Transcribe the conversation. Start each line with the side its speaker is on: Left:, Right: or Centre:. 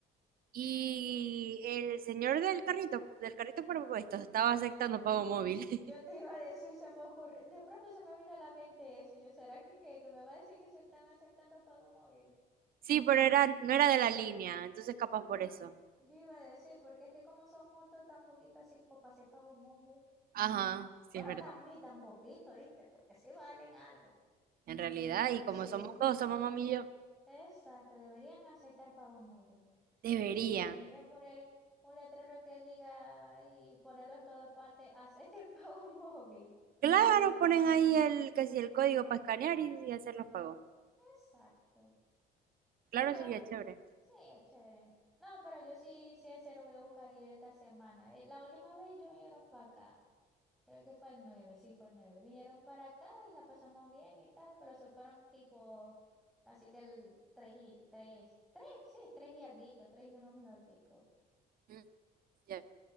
Right: Y el señor del carrito, del carrito propuesto, estaba aceptando pago móvil. <laughs>
Centre: Yo te iba a decir, se me ocurrió, de pronto se me vino a la mente eso. Yo, ¿será que, qué? que me va a decir que se están aceptando pago móvil?
Right: Sí, pero
Centre: Ta-
Right: era, no era de la línea, entonces capaz por eso.
Centre: Yo iba a decir, porque es que como son montos tan poquitos, así como para hacer pago móvil.
Right: Ajá, sí
Centre: Bueno,
Right: es verdad.
Centre: tam- ni tan poquito, ¿viste? Porque sí valen algo.
Right: En realidad, y
Centre: Sí.
Right: como somos dos, somos mami y yo,
Centre: Exacto, deberían aceptar pago móvil.
Right: deberían.
Centre: No sé, deberían poner un letrero que diga y ponerlo en todas partes, <laughs> acepten pago móvil.
Right: Claro, ponen ahí el, casi el código para escanear y, y hacer los pagos.
Centre: Exacto. Sí,
Right: Claro,
Centre: yo,
Right: sí, ya chévere.
Centre: sí, es chévere. No, pero yo sí, sí, en serio voy a buscar ir esta semana. Eh, La última vez ellos vinieron para acá. Creo que fue el nueve sí, fue el nueve Vinieron para acá y la pasamos bien y tal, pero se fueron tipo, así que el 3 y 3 tres sí, 3 y alguito, 3 y unos minuticos.
Right: Mm, Ya,